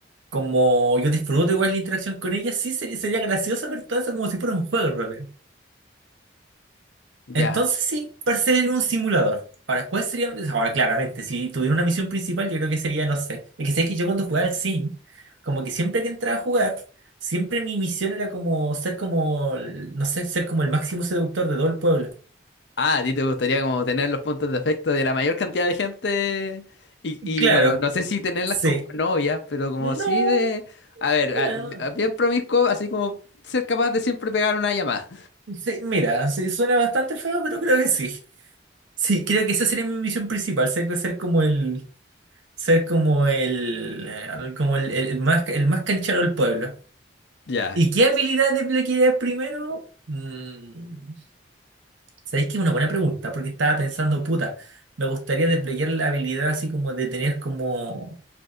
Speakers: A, on the right; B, on the left.
A: como yo disfruto igual la interacción con ellas, sí sería, sería gracioso ver todo eso como si fuera un juego, en realidad.
B: Ya.
A: Entonces sí, parecería un simulador. Ahora, ¿cuál sería? Ahora, claramente, si tuviera una misión principal, yo creo que sería, no sé. Es que sé que yo cuando jugaba al Sim, como que siempre que entraba a jugar, siempre mi misión era como ser como, el- no sé, ser como el máximo seductor de todo el pueblo.
B: Ah, a ti te gustaría como tener los puntos de afecto de la mayor cantidad de gente y, y,
A: Claro,
B: bueno, no sé si tenerlas
A: sí.
B: como novias, pero como
A: No,
B: sí de, a ver,
A: bueno,
B: a- a- bien promiscuo, así como ser capaz de siempre pegar una llamada.
A: sí, mira, sí, suena bastante feo, pero creo que sí. Sí, creo que esa sería mi misión principal, ser, ser como el, ser como el, eh, como el, el- el más, el más canchero del pueblo.
B: Ya,
A: ¿Y qué habilidad desbloquearías primero? Mm, ¿sabéis que es una buena pregunta? Porque estaba pensando, puta, me gustaría desbloquear la habilidad así como de tener como,